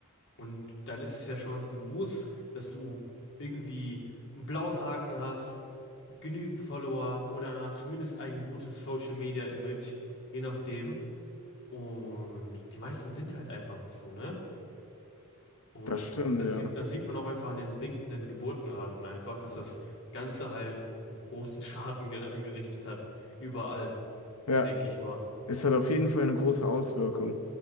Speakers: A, on the left; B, on the left.
A: Und dann ist es ja schon ein Muss, dass du irgendwie einen blauen Haken hast, genügend Follower oder zumindest ein gutes Social Media Image, je nachdem. Und die meisten sind halt einfach nicht so, ne? Und
B: Das stimmt,
A: das
B: ja.
A: sieht, das sieht man auch einfach an den sinkenden Geburtenraten einfach, dass das Ganze halt einen großen <laughs> Schaden ge- angerichtet hat. Überall,
B: Ja,
A: denke ich mal.
B: es hat auf jeden Fall eine große Auswirkung.